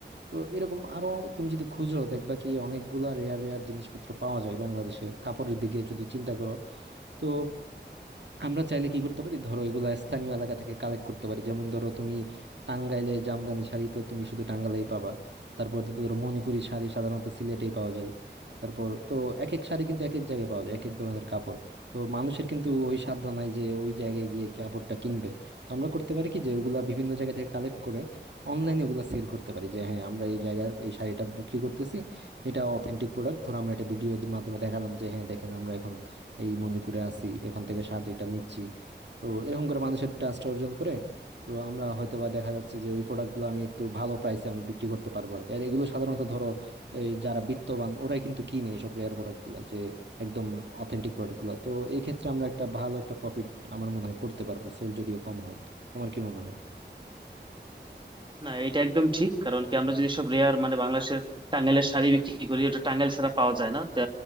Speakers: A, on the right (about 70°); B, on the right (about 25°).
A: তো এরকম আরো তুমি যদি খুঁজো দেখবা কি অনেকগুলা রেয়ার রেয়ার জিনিসপত্র পাওয়া যায় বাংলাদেশে কাপড়ের দিকে যদি চিন্তা করো তো আমরা চাইলে কি করতে পারি ধরো এগুলা স্থানীয় এলাকা থেকে কালেক্ট করতে পারি যেমন ধরো তুমি টাঙ্গাইলে জামদানি শাড়ি তো তুমি শুধু টাঙ্গাইলেই পাবা তারপর ধরো মণিপুরি শাড়ি সাধারণত সিলেটেই পাওয়া যায় তারপর তো এক এক শাড়ি কিন্তু এক এক জায়গায় পাওয়া যায় এক এক ধরনের কাপড় তো মানুষের কিন্তু ওই সাধ্য নাই যে ওই জায়গায় গিয়ে কাপড়টা কিনবে তো আমরা করতে পারি কি যে ওগুলা বিভিন্ন জায়গা থেকে কালেক্ট করে অনলাইনে ওগুলা সেল করতে পারি যে হ্যাঁ আমরা এই জায়গার এই শাড়িটা বিক্রি করতেছি এটা অথেন্টিক প্রোডাক্ট ধরো আমরা একটা ভিডিওর মাধ্যমে দেখালাম যে হ্যাঁ দেখেন আমরা এখন এই মণিপুরে আছি এখান থেকে স্বাদ এটা নিচ্ছি তো এরকম করে মানুষের ট্রাস্ট অর্জন করে তো আমরা হয়তো বা দেখা যাচ্ছে যে ওই প্রোডাক্টগুলো আমি একটু ভালো প্রাইসে আমি বিক্রি করতে পারবো আর কি আর এগুলো সাধারণত ধরো এই যারা বিত্তবান ওরাই কিন্তু কিনে এইসব রেয়ার প্রোডাক্টগুলো যে একদম অথেন্টিক প্রোডাক্টগুলো তো এই ক্ষেত্রে আমরা একটা ভালো একটা প্রফিট আমার মনে হয় করতে পারবো সেল যদিও কম হয় তোমার কি মনে হয়
B: না এটা একদম ঠিক কারণ কি আমরা যদি সব রেয়ার মানে বাংলাদেশের টাঙ্গাইলের শাড়ি বিক্রি করি ওটা টাঙ্গাইল ছাড়া পাওয়া যায় না তা